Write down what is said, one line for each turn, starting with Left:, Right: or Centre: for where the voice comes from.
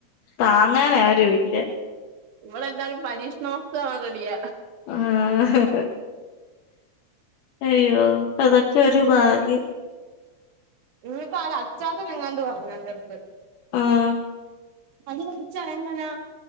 Left: താങ്ങാൻ ആരും ഇല്ല
Right: ഇവിടെ എല്ലാരും പരീക്ഷണ വസ്തു ആവാൻ റെഡിയാ
Left: ആഹ് അയ്യോ അതൊക്കെ ഒരു ഭാഗ്യം
Right: ന്നിപ്പൊ അത് അച്ചാത നെങ്ങാണ്ട് പറഞ്ഞു ന്റെ അടുത്ത്
Left: ആഹ്
Right: അത് പഠിച്ചാ എങ്ങനാ